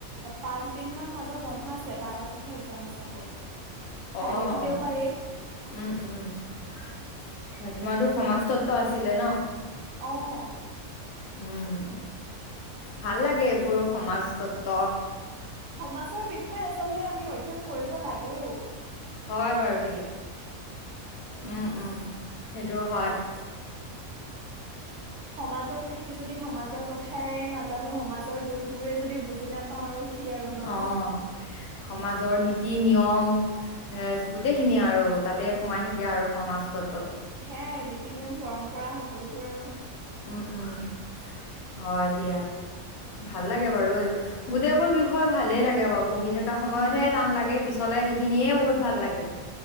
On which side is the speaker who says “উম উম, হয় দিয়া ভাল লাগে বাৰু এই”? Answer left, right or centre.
Left